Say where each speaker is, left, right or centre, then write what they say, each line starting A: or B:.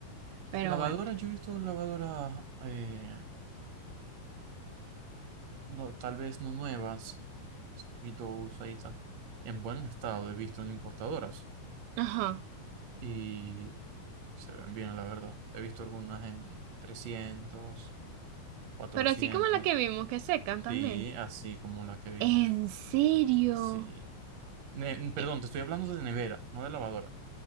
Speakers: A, on the right; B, on the right.
A: Pero
B: Lavadoras,
A: bueno.
B: yo he visto lavadoras, eh, no, tal vez no nuevas, un poquito usaditas, en buen estado. He visto en importadoras
A: Ajá.
B: y se ven bien, la verdad. He visto algunas en 300, 400,
A: Pero así como la que vimos, que secan
B: sí,
A: también.
B: así como la que vimos.
A: ¿En serio?
B: Sí. Ne- perdón,
A: Eh,
B: te estoy hablando de nevera, no de lavadora,